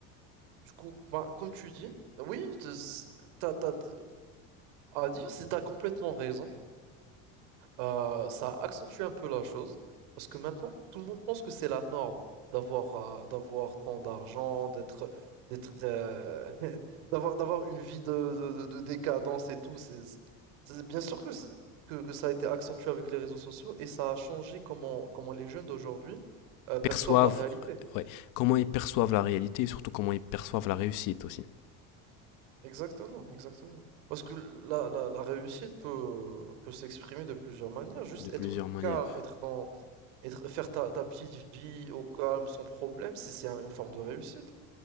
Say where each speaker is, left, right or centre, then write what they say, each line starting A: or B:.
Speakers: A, on the right; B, on the left.
A: Du coup, bah, comme tu dis, oui, t'as, t'as, t'as à dire, c'est- t'as complètement raison. Euh, ça a accentué un peu la chose parce que maintenant tout le monde pense que c'est la norme d'avoir euh, d'avoir tant d'argent, d'être d'être euh, <laughs> d'avoir d'avoir une vie de, de, de de décadence et tout. C'est c'est- bien sûr que, c'est- que que ça a été accentué avec les réseaux sociaux et ça a changé comment comment les jeunes d'aujourd'hui euh, perçoivent
B: Perçoivent,
A: la réalité.
B: euh, ouais, comment ils perçoivent la réalité et surtout comment ils perçoivent la réussite aussi.
A: Exactement, exactement. Parce que la, la, la réussite peut, peut s'exprimer de plusieurs manières, juste
B: De plusieurs
A: être
B: manières.
A: calme, être dans, Être faire ta ta petite vie au calme, sans problème, c'est c'est un une forme de réussite.